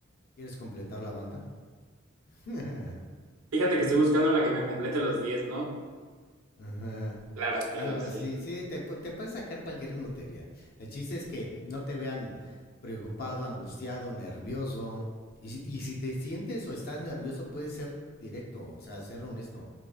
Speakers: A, on the left; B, on the right.
A: ¿Quieres completar la banda? <laughs>
B: Fíjate que estoy buscando la que me complete los 10, ¿no?
A: Ajá.
B: Claro,
A: A-
B: claro,
A: Algo
B: sí.
A: así, sí, te, pu- te puedes sacar cualquier notería. El chiste es que no te vean preocupado, angustiado, nervioso. Y, si y si te sientes o estás nervioso, puedes ser directo, o sea, ser honesto.